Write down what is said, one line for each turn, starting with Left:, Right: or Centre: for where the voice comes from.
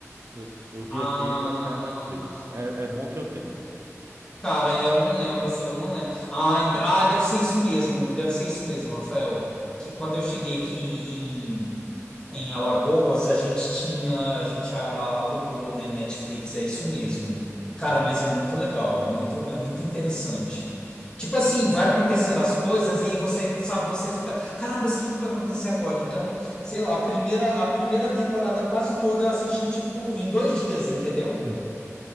Right: Eu, eu vi
Left: Ah,
Right: aqui, acho que é na Netflix. É, é bom que eu tenho.
Left: cara, eu não lembro, eu não lembro. Ah, ent- ah, deve ser isso mesmo, deve ser isso mesmo, Rafael. Que quando eu cheguei aqui Em Alagoas, a gente tinha, a gente a- a- alugou, né, Netflix, é isso mesmo. Cara, mas é muito legal, é muito, é muito interessante. Tipo assim, vai acontecendo as coisas e aí você, sabe, você fica, caramba, o que que vai acontecer agora? Então, sei lá, a primeira, a primeira temporada quase toda eu assisti, tipo, em dois dias, entendeu?
Right: <laughs>